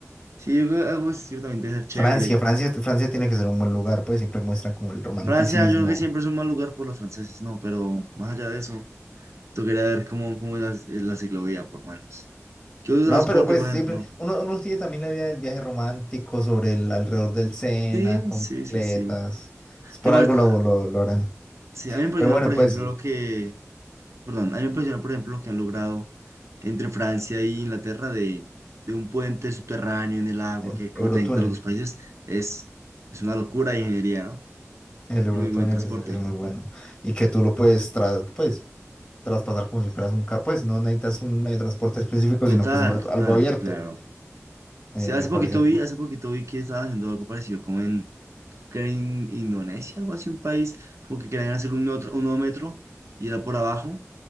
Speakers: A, on the right; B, on the left.
A: Sí, yo creo que algo ciertamente ser chévere.
B: Francia, Francia, Francia tiene que ser un buen lugar, pues siempre muestran como el romanticismo.
A: Francia, yo creo que siempre es un mal lugar por los franceses, no, pero más allá de eso, tocaría ver cómo, cómo es la, es la ciclovía, por lo menos. ¿Qué otro
B: No,
A: transporte,
B: pero pues
A: por
B: siempre,
A: ejemplo?
B: uno, uno tiene también la idea del viaje romántico sobre el alrededor del Sena,
A: Sí,
B: con
A: sí,
B: bicicletas.
A: sí, sí.
B: Pues Por
A: ¿Te parece-
B: algo lo, lo, lo harán.
A: Sí, a mí me impresiona,
B: Pero bueno,
A: por ejemplo,
B: pues
A: lo que, perdón, a mí me impresiona, por ejemplo, lo que han logrado entre Francia y Inglaterra de, de un puente subterráneo en el agua
B: el
A: que conecta
B: Eurotúnel,
A: a los dos países. Es, es una locura de ingeniería, ¿no?
B: el Eurotúnel
A: Muy buen transporte.
B: es, es muy bueno y que tú lo puedes, tras, pues, traspasar como si fueras un carro, pues no necesitas un medio de transporte específico,
A: Total,
B: sino que es un algo,
A: total,
B: algo abierto,
A: claro.
B: Eh,
A: Sí, hace
B: me parece
A: poquito
B: algo,
A: vi, hace poquito vi que estaban haciendo algo parecido como en, creo en Indonesia, algo así, un país, como que querían hacer un, otro, un nuevo metro y era por abajo,